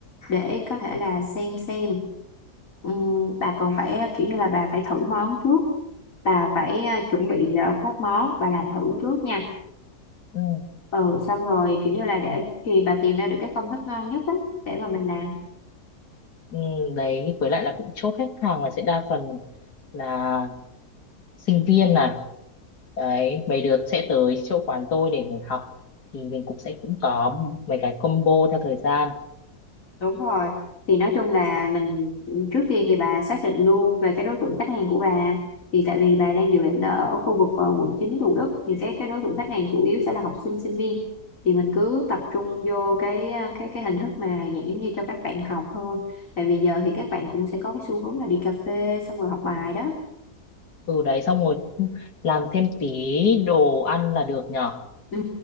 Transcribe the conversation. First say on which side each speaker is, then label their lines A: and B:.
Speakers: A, on the left; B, on the left.
A: để có thể là xem xem Ừm, bà còn phải ờ, kiểu như là bà phải thử món trước bà phải ờ, chuẩn bị ờ, các món bà làm thử trước nha
B: ừ,
A: ừ xong rồi kiểu như là để thì bà tìm ra được cái công thức ngon nhất á để mà mình làm
B: ừ, đấy với lại là cũng chốt khách hàng là sẽ đa phần là sinh viên à đấy mấy đứa sẽ tới chỗ quán tôi để ngồi học thì mình cũng sẽ cũng có mấy cái combo theo thời gian
A: Đúng rồi. Thì nói chung là mình trước tiên thì bà xác định luôn về cái đối tượng khách hàng của bà. Thì tại vì bà đang dự định là ở khu vực ờ, quận 9 Thủ Đức thì cái cái đối tượng khách hàng chủ yếu sẽ là học sinh sinh viên. Thì mình cứ tập trung vô cái ờ, cái cái hình thức mà dạng giống như cho các bạn học hơn. Tại vì giờ thì các bạn cũng sẽ có cái xu hướng là đi cà phê xong rồi học bài đó.
B: ừ đấy xong rồi làm thêm tí đồ ăn là được nhở
A: Ừ.